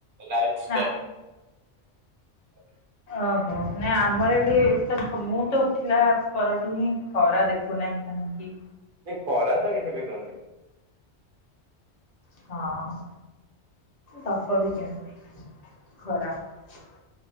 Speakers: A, on the right (about 50°); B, on the left (about 40°).
A: ଲାଇଫ୍
B: ନା
A: <unintelligible>
B: ଓହୋ ନାଇଁ ଆମର ଏଠି ତ ମୁଁ ତ ଉଠିଲା ପରଠୁ ହିଁ ଖରା ଦେଖୁନା ସାଙ୍ଗେ ସାଙ୍ଗେ କି
A: ନାଇଁ ଖରା ତ ଏଠି ବି ଦୋଉନି।
B: ହଁ। ଦବ ବି କେମିତି ଖରାପ୍